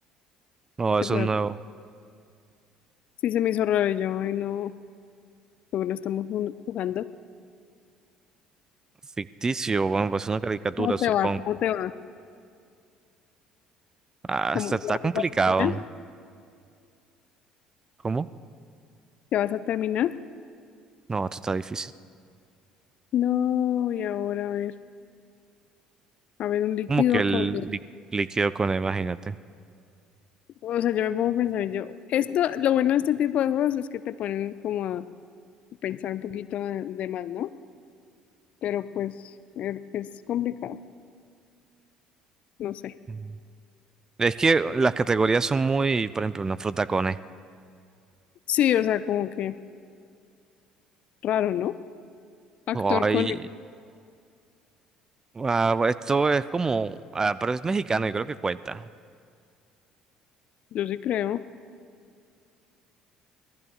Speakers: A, on the right (about 20°); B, on the left (about 50°).
A: No, eso
B: Qué raro.
A: es nuevo.
B: Sí, se me hizo raro y yo. Ay, no. Porque no estamos jun- jugando.
A: Ficticio, bueno, pues una caricatura,
B: ¿Cómo te
A: supongo.
B: va? ¿Cómo te va?
A: Ah,
B: como
A: está,
B: ya
A: está complicado.
B: vas a terminar,
A: ¿Cómo?
B: ya vas a terminar.
A: No, esto está difícil.
B: No, y ahora a ver, a ver un líquido
A: Como que el
B: con...
A: lí- líquido con él, imagínate.
B: O sea, yo me pongo a pensar, y yo, esto, lo bueno de este tipo de juegos es que te ponen como a pensar un poquito de, de más, ¿no? Pero pues eh, es complicado, no sé.
A: Mm. Es que las categorías son muy, por ejemplo, una fruta con E.
B: Sí, o sea, como que raro, ¿no? Actor
A: Ay,
B: con él,
A: ah, esto es como, ah, pero es mexicano y creo que cuenta.
B: yo sí creo.